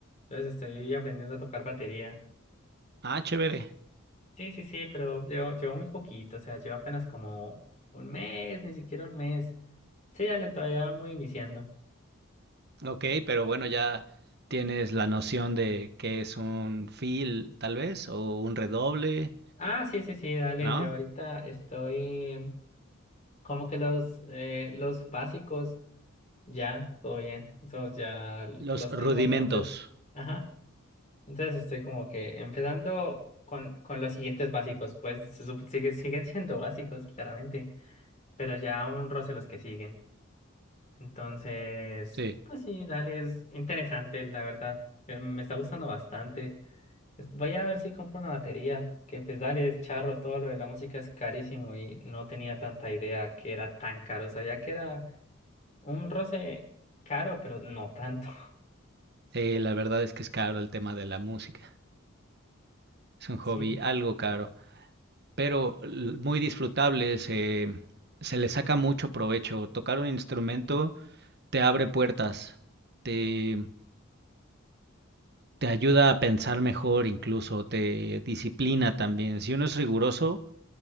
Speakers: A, on the left; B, on the right.
A: Entonces estoy aprendiendo a tocar batería.
B: Ah, chévere.
A: Sí, sí, sí, pero llevo, llevo muy poquito, o sea, llevo apenas como un mes, ni siquiera un mes. Sí, dale, todavía muy iniciando.
B: Ok, pero bueno, ya tienes la noción de qué es un fill, tal vez, o un redoble,
A: Ah, sí, sí, sí, dale,
B: ¿no?
A: yo ahorita estoy como que los, eh, los básicos ya, todo bien, esos ya los
B: Los rudimentos.
A: tengo, entonces, ajá, entonces estoy como que empezando con, con los siguientes básicos, pues se sup- sigue- siguen siendo básicos, claramente, pero ya un roce los que siguen, entonces,
B: Sí.
A: pues sí, dale, es interesante, la verdad, eh, me está gustando bastante. Es- Voy a ver si compro una batería, que pues dale, es charro, todo lo de la música es carísimo y no tenía tanta idea que era tan caro. Sabía que era un roce caro, pero no tanto. <laughs>
B: Sí, la verdad es que es caro el tema de la música. Es un hobby
A: Sí,
B: algo caro. pero l- muy disfrutable, se, se le saca mucho provecho. Tocar un instrumento te abre puertas, te, te ayuda a pensar mejor incluso, te disciplina también. Si uno es riguroso